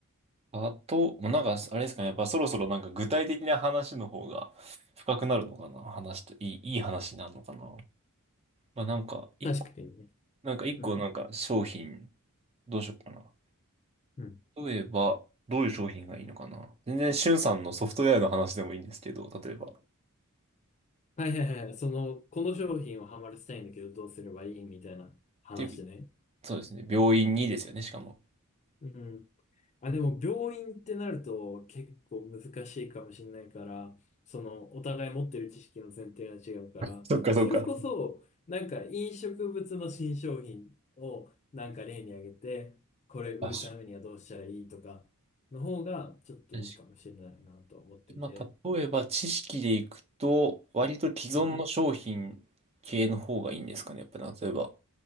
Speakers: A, on the right (about 25°); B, on the left (about 30°).
A: あと、もうなんか、あれですかね。やっぱそろそろなんか具体的な話の方が深くなるのかな。話と、いい、いい話になるのかな。まあなんか、一個、
B: 確かにね。
A: なんか一個なんか商品、
B: うん。
A: どうしようかな。
B: うん。
A: 例えば、どういう商品がいいのかな。全然、しゅんさんのソフトウェアの話でもいいんですけど、例えば。っ
B: はいはいはい。その、この商品をハマらせたいんだけど、どうすればいいみたいな話ね。
A: ていう、そうですね。病院にですよね、しかも。
B: うん。あ、でも病院ってなると結構難しいかもしれないから、そのお互い持ってる知識の前提が違うから、
A: そっかそっか。
B: それこそなんか飲食物の新商品をなんか例に挙げて、これ売るためにはどうしたらいいとかの方がちょっといいかもしれないなと思ってて。
A: 確かに。まあ、例えば知識でいくと、割と既存の商品系の方がいいんですかね。
B: うん、
A: やっぱ例えば、